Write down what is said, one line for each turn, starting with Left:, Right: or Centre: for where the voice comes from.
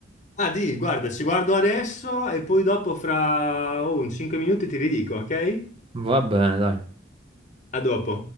Left: Ah, di, guarda, ci guardo adesso e poi dopo fra oh, un 5 minuti ti ridico, ok?
Right: Va bene, dai.
Left: A dopo.